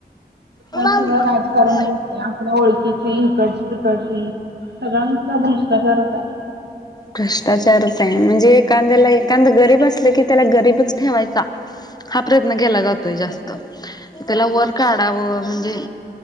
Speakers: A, on the left; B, on the right.
A: उबा
B: सगळं
A: उबा
B: राजकारणच असते. आपल्या ओळखीचे इकडची तिकडची सगळांचा भ्रष्टाचार होता.
A: भ्रष्टाचारच आहे म्हणजे, एखाद्याला एखाद गरीब असलं की त्याला गरीबच ठेवायचा. हा प्रयत्न केला जातोय जास्त त्याला वर काढाव म्हणजे?